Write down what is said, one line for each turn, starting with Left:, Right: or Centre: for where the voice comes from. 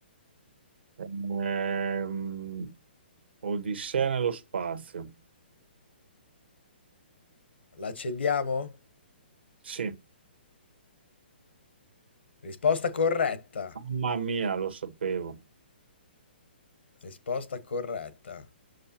Right: Ehm, Odissea nello spazio.
Left: L'accendiamo?
Right: Sì,
Left: Risposta corretta.
Right: mamma mia, lo sapevo.
Left: Risposta corretta.